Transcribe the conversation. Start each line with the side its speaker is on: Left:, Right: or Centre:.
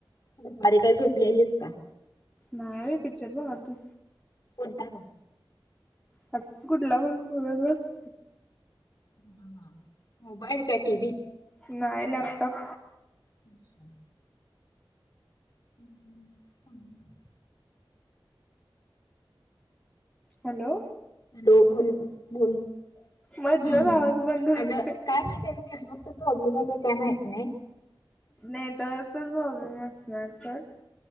Left: दुपारी काय झोपलेलीस का?
Centre: नाही बाई. पिक्चर बगालतो.
Left: कोणता ग?
Centre: असच कुठला पण बगत बस
Left: हा हा. मोबाईल काय टीव्ही?
Centre: नाही लॅपटॉप.
Left: अच्छा. ह ह. चांगलाय.
Centre: हॅलो?
Left: हॅलो <unintelligible> बोल
Centre: मधनच
Left: अग
Centre: आवाज बंद होतोय
Left: काय माहिती का नेटवर्कचा प्रॉब्लेम आहे काय काय माहीत नाही.
Centre: नेटवर्कचा प्रॉब्लेम असणार सोड.